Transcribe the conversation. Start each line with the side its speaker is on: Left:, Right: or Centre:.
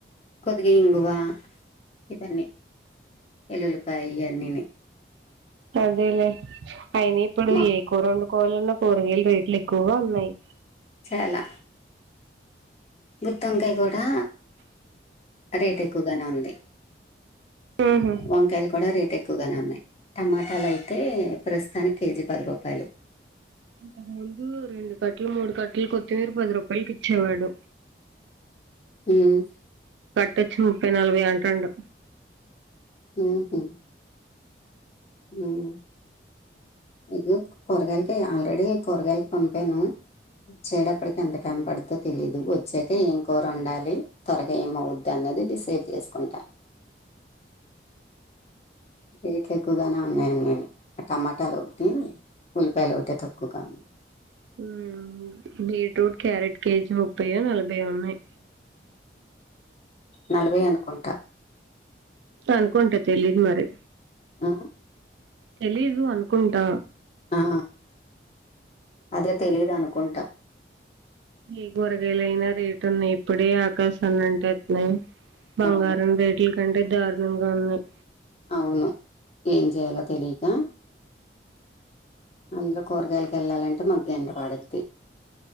Left: కొద్దిగా ఇంగువ ఇవన్నీ ఎల్లులిపాయ ఇవన్నిని
Right: అదేలేే అయిన ఇప్పుడు
Left: మా
Right: ఏ కూర వ కోలన్న కూరగాయలు రేట్లు ఎక్కువగా ఉన్నాయి
Left: చాలా గుత్తివంకాయ గూడా రేట్ ఎక్కువగానే ఉంది.
Right: ఉహు
Left: వంకాయలు కూడా రేట్ ఎ ఎక్కువగానే ఉన్నాయి టమాటాలైతె ప్రస్తుతానికి కేజీ పది రూపాయలు
Right: ఇంతకు ముందు రెండు కట్టలు మూడు కట్టలు కొత్తిమీర పది రూపాయలకి ఇచ్చేవాడు
Left: ఉమ్
Right: తెచ్చి ముప్పై నలభై అంటాండు
Left: ఉ హు ఉమ్ ఇగొ కూరగాయలకి ఆల్రెడీ కూరగాయలకి పంపాను వచ్చేటప్పటికి ఎంత టైం పడందో తెలీదు వచ్చాక ఏం కూర ఉండాలి త్వరగా ఏమౌవద్దని మది డిసైడ్ చేసుకుంటా రేట్లు ఎక్కువగానే ఉన్నాయన్నాను ఆ టమాటాలు ఒకటి ఉల్లిపాయలు ఓటే తక్కువగా ఉన్నాయి
Right: ఉమ్ బీట్రూట్ క్యారెట్ కేజీ ముప్పయ్యే నలభైయ్యే ఉన్నాయి
Left: నలభై అనుకుంటా
Right: అనుకుంట తెలీదు మరి
Left: ఆ
Right: తెలీదు అనుకుంటా
Left: ఆ అదే తెలిదనుకుంటా
Right: ఏ కూరగాయలుయినా రేటు ఉన్నాయి ఇప్పుడే ఆకాశాన్ని అంటేత్తున్నాయి. బంగారం
Left: అవును
Right: రెట్ల కంటే దారుణంగా ఉన్నాయి.
Left: అవును ఏం చేయాలో తెలియక అందులో కూరగాయలలకు వెళ్ళాలంటే నాకు గంట పడుద్ది.